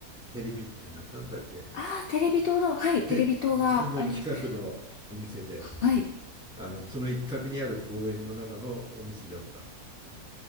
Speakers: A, in the centre; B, on the left (about 60°).
A: テレビ、な、なんだっけ。
B: ああ、テレビ塔の、はい、
A: て、
B: テレビ塔があります。
A: の近くのお店で、
B: はい。
A: あの、その一角にある公園の中のお店だった。